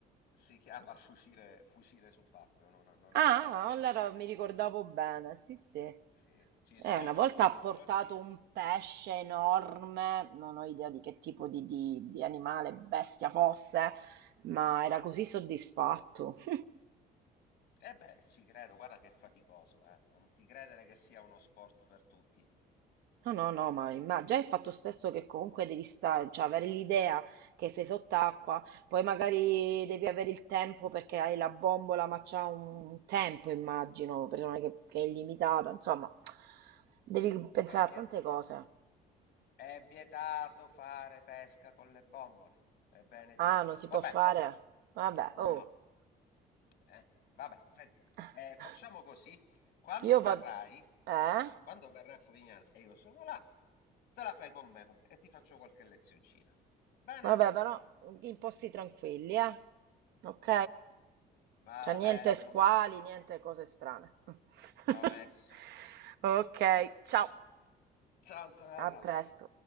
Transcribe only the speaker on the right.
Ah,
allora
mi ricordavo bene, sì, sì. Eh,
una volta
ha
portato un pesce enorme, non ho idea di che tipo di, di- di animale, bestia fosse, ma era
così soddisfatto. <laughs>
No, no, no, ma, ma già il fatto stesso che comunque devi stare, cioè avere l'idea che sei sott'acqua, poi magari devi avere il tempo perché hai la bombola, ma c'ha un tempo, immagino, persone che, che è illimitata, insomma, devi pensare
a tante
cose.
Ah, non si
può fare? Vabbè,
oh.
<laughs>
Io vado...
Eh?
Vabbè, però in posti tranquilli, eh? Ok?
Cioè niente
D'accordo.
squali, niente cose strane. <laughs>
Ok, ciao,
a presto.